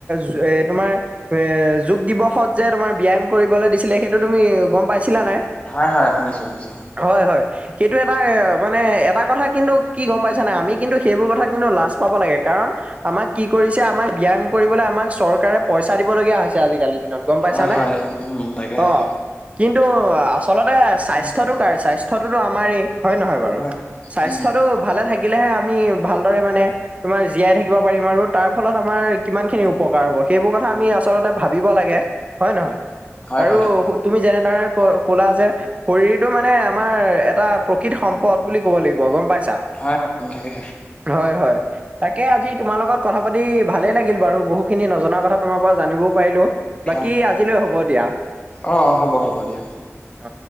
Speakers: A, on the right; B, on the left.
A: যু এ তোমাৰ এ যোগ দিৱসত যে তোমাৰ ব্যায়াম কৰিবলৈ দিছিলে সেইটো তুমি গম পাইছিলা নাই?
B: হয়-হয় শুনিছো- শুনিছো।
A: হয় -হয়। সেইটো এটা মানে এটা কথা কিন্তু কি গম পাইছ নাই আমি কিন্তু সেইবোৰ কথা কিন্তু লাজ পাব লাগে কাৰণ আমাক কি কৰিছে আমাক ব্যায়াম কৰিবলৈ আমাক চৰকাৰে পইচা দিব লগীয়া হৈছে আজিকালি দিনত গম পাইছানে
B: হয় হয় উম তাকেহে
A: অ, কিন্তু আচলতে স্বাস্থ্যটো
B: উম
A: কাৰ স্বাস্থ্য স্বাস্থ্যটো আমাৰে হয় নহয় বাৰু
B: হয়
A: স্বাস্থ্যটো
B: উম
A: ভালে থাক থাকিলেহে আমি ভালদৰে মানে তোমাৰ জীয়াই থাকিব পাৰিম আৰু তাৰ ফলত আমাৰ কিমান খিনি উপকাৰ হ'ব সেইবোৰ কথা আমি আচলতে ভাবিব লাগে হয় নহয়
B: হয়
A: আৰু
B: হয় তাকে
A: তুমি যেনেদৰে ক -ক'লা যে শৰীৰটো মানে আমাৰ এটা প্ৰকৃত সম্পদ বুলি ক'ব লাগিব গম পাইছা?
B: হয় কম থাকে।
A: হয়, হয়। তাকে আজি তোমাৰ লগত কথা পাতি ভালে লাগ গিল বাৰু। বহুত খিনি নজনা কথা তোমাৰ পৰা জানিবও পাৰিলো। বাকি
B: হয় হয়
A: আজিলৈ হ'ব দিয়া।
B: অ, হ'ব হ'ব দিয়া।
A: অ